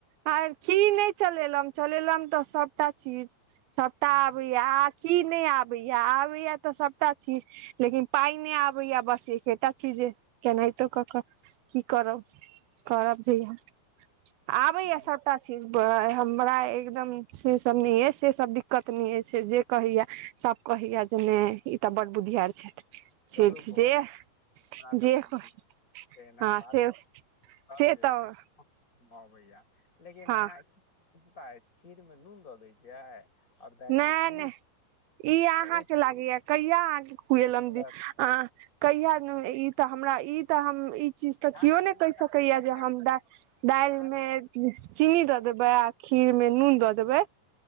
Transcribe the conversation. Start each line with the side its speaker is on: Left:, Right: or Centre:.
Right: आर की नैय चलेलम चलेलम तऽ सभटा चीज सभटा
Left: हूँ,
Right: आबैएा आ की नहि आबैएा आबैए तऽ सभटा छी लेकिन पाइ नहि आबैया बस एकेटा छी जे केनाहितो कऽ कऽ की करब करब जया आबैया
Left: जी
Right: सभटा चीज हमरा एकदम से सब नहि अछि से सब दिक्कत नहि जे कहैय सब ओहिय जे ने ई तऽ बड बुधियार छथि
Left: चलू बहुत
Right: जे
Left: हमरा तऽ
Right: जे
Left: बड़ नीक
Right: हँ
Left: बात
Right: से
Left: त
Right: से
Left: जे
Right: तऽ
Left: अहाँके अबैया लेकिन
Right: हँ
Left: अहाँ क चिता अछि खीरमे नून दऽ दै छियै आओर दालि
Right: नैय
Left: मे चीनी
Right: नैय ई अहााँके
Left: तऽ ओहि
Right: लागेया क कहिया खुएलौ
Left: अहाँ
Right: जे कहिया ई त हमरा ई त हम ई त चीज तऽ
Left: ध्यान
Right: क्यो
Left: रखबै
Right: ने
Left: कि
Right: कहि सके
Left: अहाँ
Right: या
Left: कनिया
Right: जे हम दालि
Left: अहाँ
Right: मे चीनी द
Left: तऽ
Right: देबे आ खीर में नुन दऽ देबै